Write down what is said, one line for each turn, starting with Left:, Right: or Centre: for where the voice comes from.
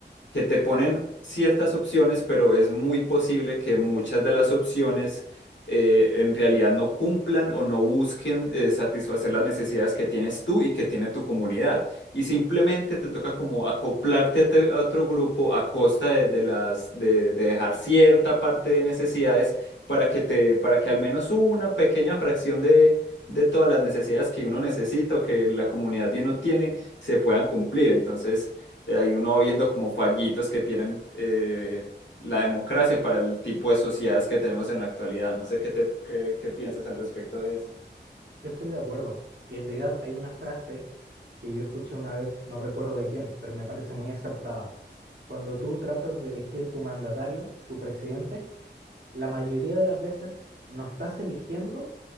Left: que te ponen ciertas opciones, pero es muy posible que muchas de las opciones eh, en realidad no cumplan o no busquen eh, satisfacer las necesidades que tienes tú y que tiene tu comunidad. Y simplemente te toca como acoplarte a, te- a otro grupo a costa de, de las, de, de dejar cierta parte de necesidades para que te, para que al menos una pequeña fracción de... de todas las necesidades que uno necesita o que la comunidad de uno tiene se puedan cumplir. Entonces, eh, ahí uno va viendo como fallitos que tienen eh, la democracia para el tipo de sociedades que tenemos en la actualidad. No sé qué te, qué, qué piensas al respecto de eso.
Right: Yo estoy de acuerdo. Y en realidad hay una frase que yo escuché una vez, no recuerdo de quién, pero me parece muy acertada. Cuando tú tratas de elegir tu mandatario, tu presidente, la mayoría de las veces no estás eligiendo